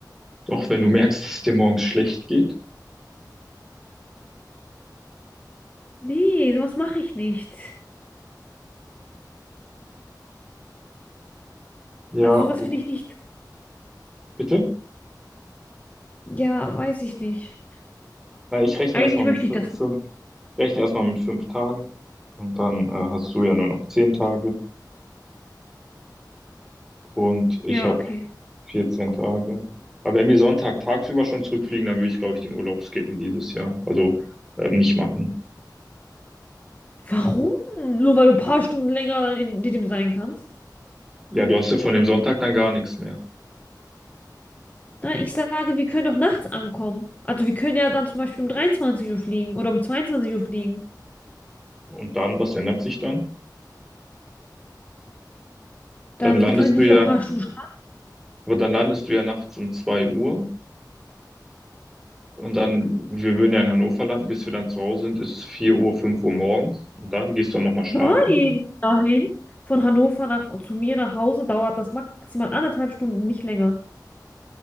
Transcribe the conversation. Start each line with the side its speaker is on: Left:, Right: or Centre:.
Centre: Doch wenn du merkst, dass es dir morgens schlecht geht.
Left: Nee, sowas mache ich nicht.
Centre: Ja,
Left: Also sowas
Centre: okay.
Left: finde ich nicht.
Centre: Bitte?
Left: Ja, weiß ich nicht.
Centre: Weil ich rechne
Left: Eigentlich
Centre: erstmal mit
Left: möchte
Centre: fü-
Left: ich das nicht.
Centre: fünf, rechne erstmal mit fünf Tagen und dann äh, hast du ja nur noch zehn Tage und ich
Left: Ja,
Centre: habe
Left: okay.
Centre: 14 Tage. Aber wenn wir Sonntag tagsüber schon zurückfliegen, dann würde ich, glaube ich, den Urlaub skippen dieses Jahr. Also ähm, nicht machen.
Left: Warum? Nur weil du ein paar Stunden länger dann in dem sein kannst?
Centre: Ja, du hast ja von dem Sonntag dann gar nichts mehr.
Left: Nein, ich sage, wir können doch nachts ankommen. Also wir können ja dann zum Beispiel um 23 Uhr fliegen oder um 22 Uhr fliegen.
Centre: Und dann, was ändert sich dann? Dann
Left: Da
Centre: landest
Left: kann ich
Centre: du
Left: nicht
Centre: ja,
Left: noch ein paar Stunden schlafen.
Centre: aber dann landest du ja nachts um 2 Uhr und dann, wir würden ja in Hannover landen, bis wir dann zu Hause sind, ist 4 Uhr, 5 Uhr morgens und dann gehst du dann nochmal schlafen
Left: Nein, dahin. Von Hannover nach, zu mir nach Hause dauert das maximal anderthalb Stunden, nicht länger.